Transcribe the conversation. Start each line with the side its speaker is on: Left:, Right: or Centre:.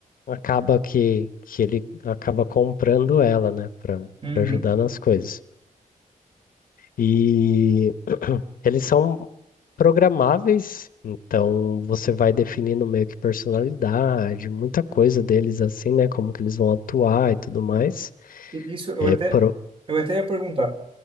Left: acaba que, que ele acaba comprando ela, né, pra,
Right: Uhum.
Left: pra ajudar nas coisas. E. Eles são programáveis, então você vai definindo meio que personalidade, muita coisa deles assim, né? Como que eles vão atuar e tudo mais.
Right: E Isso eu
Left: É
Right: até
Left: pro...
Right: eu até ia perguntar.